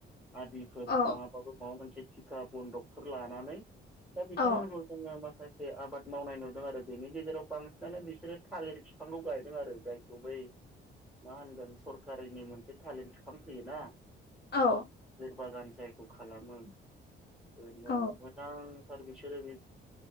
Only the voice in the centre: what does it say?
आदिफोर
नङाबाबो माबा मोनसे थिखा बनदकफोर लानानै दा बिथांमोनखौ
जोङो मा खासे आबाद मावनाय नुदों आरो बेनि गेजेराव बांसिनानो बिसोरो थालिर बिफांखौ गायदों आरो जायखौ बै मा होनगोन सरकारिनि मोनसे थालिर बिफां फैयोना
बागान जायखौ खालामो ओरैनो
मोजांथार बिसोरो बे